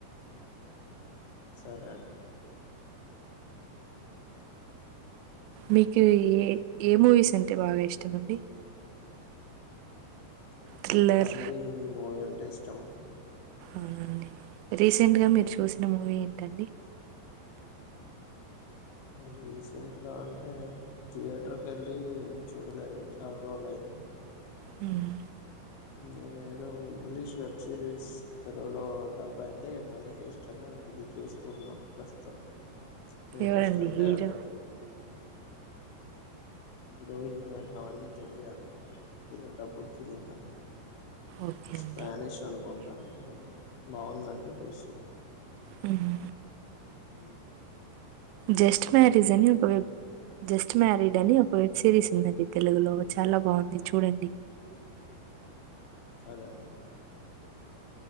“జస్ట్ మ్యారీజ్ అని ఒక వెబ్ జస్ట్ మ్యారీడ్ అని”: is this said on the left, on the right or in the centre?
Right